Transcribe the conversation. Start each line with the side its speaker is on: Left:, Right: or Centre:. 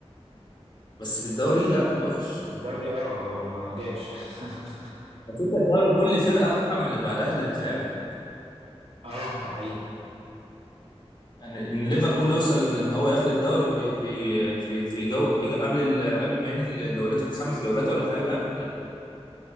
Left: بس في الدوري لا وحش
Right: الدوري اه هو ما جاش <laughs>
Left: بس انت الدوري كل فرقه اصعب من اللي بعدها اللي بتلعبها
Right: اه ده حقيقي
Left: يعني ان ليفربول يوصل ان هو ياخد الدوري ب- في في في جو في جو قبل ال- قبل ما ينهي جولته بخمس جولات ولا حاجه لا